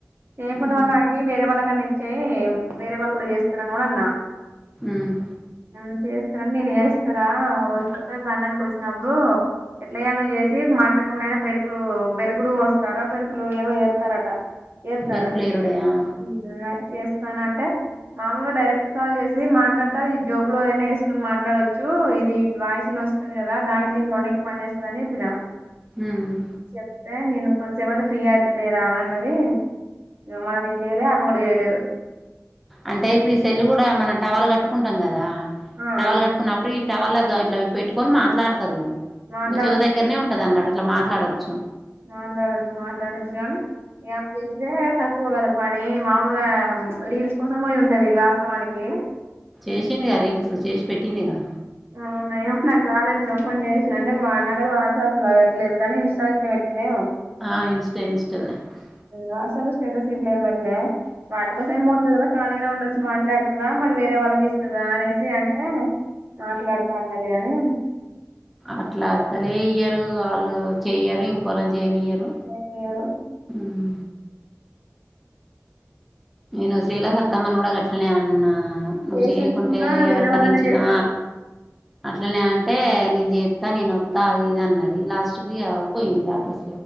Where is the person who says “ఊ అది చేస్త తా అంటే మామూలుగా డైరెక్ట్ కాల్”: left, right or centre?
Right